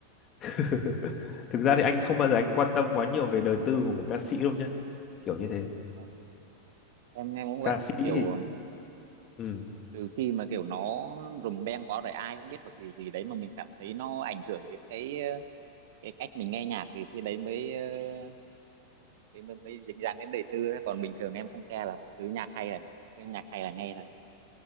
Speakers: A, on the left; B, on the right.
A: <laughs> thực ra thì anh không bao giờ anh quan tâm quá nhiều về đời tư của một ca sĩ đâu nhá kiểu như thế
B: Ừ, em em cũng vậy
A: ca sĩ thì
B: kiểu
A: ừ
B: trừ khi mà kiểu nó rùm beng quá rồi ai cũng biết hoặc gì gì đấy mà mình cảm thấy nó ảnh hưởng đến cái ờ, cái cách mình nghe nhạc thì khi đấy mới ờ, mới mới, mới dính dáng đến đời tư ấy. còn bình thường em không care lắm cứ nhạc hay là cứ nhạc hay là nghe thôi